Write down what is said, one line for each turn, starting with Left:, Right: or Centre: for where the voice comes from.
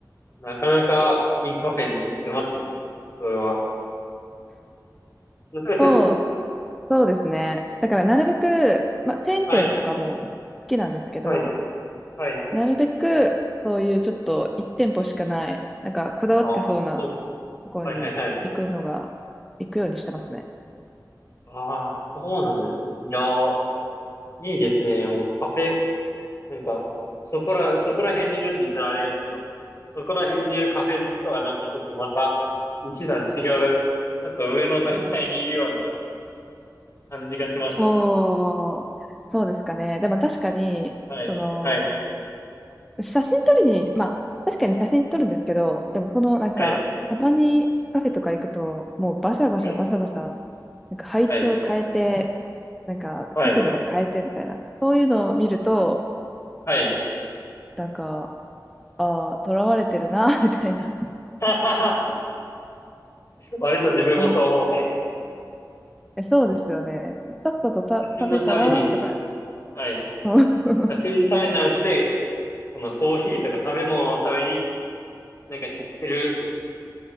Left: なかなかいいカフェに行ってますね。それは。<laughs>
Centre: そう、そうですね。だから、なるべく、まあ、チェーン店とかも好きなんですけど、
Left: はい、はい、はい。
Centre: なるべく、そういうちょっと1店舗しかない、なんか、こだわってそうな
Left: ああ、こ、
Centre: ところに行くのが、
Left: はいはいはい。
Centre: 行くようにしてますね。
Left: ああ、そうなんですね。いやー、いいですね。もうカフェ、なんか、そこら、そこら辺にいるって言ったらあれですけど、そこら辺にいるカフェ好きとはなんかちょっとまた、一段違う、ちょっと上の段階にいるような感じがしましたね。
Centre: そう、そうですかね。でも確かに、
Left: はい、
Centre: その、
Left: はい、
Centre: 写真撮りに、まあ、確かに写真撮るんですけど、でもその、なんか、
Left: はい、
Centre: たまにカフェとか行くと、もうバシャバシャバシャバシャ、
Left: はい、
Centre: なんか配置を変えて、
Left: はい、
Centre: なんか角度を変えてみたいな、
Left: はい、
Centre: そういうのを見ると、
Left: はい。
Centre: なんか、あ囚われてるな、<laughs> みたいな。
Left: <laughs> 割と自分もそう思うタイプです。
Centre: 思うえそうですよね。さっさとた食べたら、
Left: 写真のために、
Centre: とか、
Left: はい。
Centre: <laughs>
Left: 写真のためじゃなくて、そのコーヒーとか食べ物のためになんか行ってる